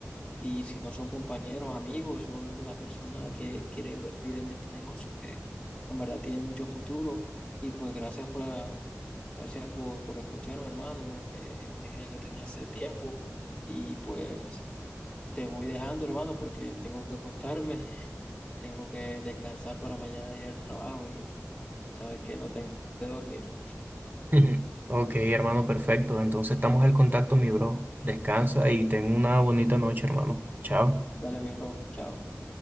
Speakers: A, on the left (about 15°); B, on the right (about 35°).
A: Y si no son compañeros, amigos o la persona que quiere invertir en este negocio, que en verdad tiene mucho futuro. Y pues gracias por, la- gracias por, por escucharme, hermano. Eh, es una idea que tenía hace tiempo. Y pues... Te voy dejando, hermano, porque tengo que acostarme, <laughs> tengo que descansar para mañana ir al trabajo y sabes que no tengo que dormir.
B: <laughs> Ok, hermano, perfecto. Entonces estamos al contacto, mi bro. Descansa y ten una bonita noche, hermano. Chao.
A: Dale, mi bro, chao.